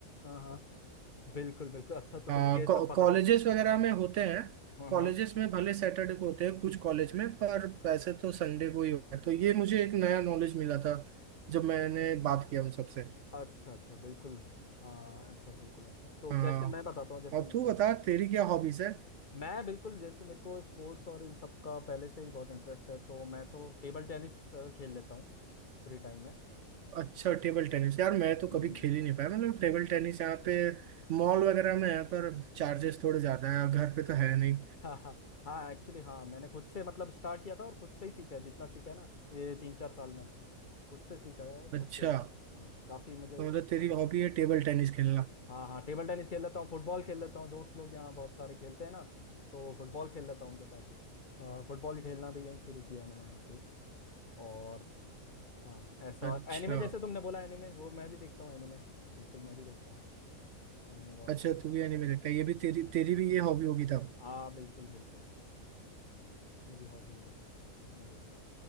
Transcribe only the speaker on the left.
हाँ हाँ बिल्कुल बिल्कुल अच्छा तो
तुम्हें ये सब पता
चला
हाँ
हाँ
अच्छा अच्छा बिल्कुल हाँ ऐसा बिल्कुल अच्छा है तो
जैसे मैं बताता हूँ जैसे
मैं
क्या
करता
हूँ मैं बिल्कुल जैसे मेरे को स्पोर्ट्स और इन सब का पहले से ही बहुत इंटरेस्ट है तो मैं तो टेबल टेनिस अ, खेल लेता हूँ फ्री टाइम में
हम्म,
<laughs> हाँ हाँ हाँ एक्चुअली हाँ मैंने खुद से मतलब स्टार्ट किया था और खुद से ही सीखा है जितना सीखा है ना ये तीन चार साल में खुद से सीखा है और खुद
से ही हाँ काफ़ी मुझे
अच्छा
लगता
है
हाँ हाँ टेबल टेनिस खेल लेता हूँ फुटबॉल खेल लेता हूँ दोस्त लोग यहाँ बहुत सारे खेलते हैं ना तो फुटबॉल खेल लेता हूँ उनके साथ अ, फुटबॉल खेलना भी यहीं शुरू किया मैंने आके और हाँ ऐसा
एनिमे जैसे तुमने बोला एनिमे वो मैं भी देखता हूँ एनिमे बिल्कुल मैं भी देखता हूँ एनिमे वॉच
करना
हाँ बिल्कुल बिल्कुल मेरी हॉबी है एनिमे देखना